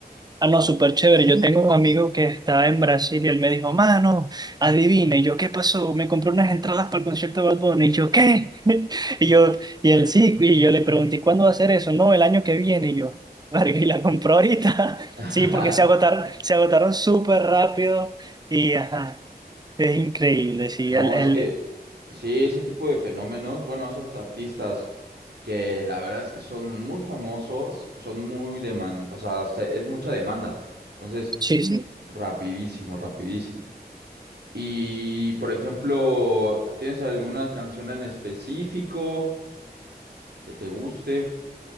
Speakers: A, on the right; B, on the right.
A: Ah, no, súper chévere. Yo tengo un Listo. amigo que está en Brasil y él me dijo, mano, adivina. Y yo, ¿qué pasó? Me compré unas entradas para el concierto de Bad Bunny. Y yo, ¿qué? <laughs> Y yo, y él sí. Y yo le pregunté, ¿y cuándo va a ser eso? No, el año que viene. Y yo, <laughs> verga, ¿y la compró ahorita? <laughs>
B: <laughs>
A: Sí, porque se agotaron, se agotaron súper rápido. Y ajá, es increíble, sí.
B: No,
A: El, el,
B: es que sí, ese tipo de fenómenos, bueno, esos artistas que la verdad es que son muy famosos, son muy demandados, o sea, se- es mucha demanda. Entonces,
A: sí, sí.
B: rapidísimo, rapidísimo. Y, por ejemplo, ¿tienes alguna canción en específico que te guste?